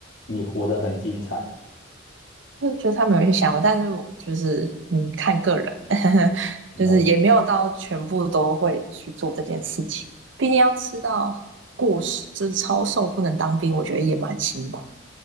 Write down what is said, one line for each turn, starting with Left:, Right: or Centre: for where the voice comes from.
Left: 你活得很精彩。
Right: 就觉得他们有一些想法，但是我就是嗯，看个人，<laughs>
Left: 了解
Right: 就是也没有到全部都会去做这件事情。毕竟要吃到过，就是超瘦不能当兵，我觉得也蛮辛苦。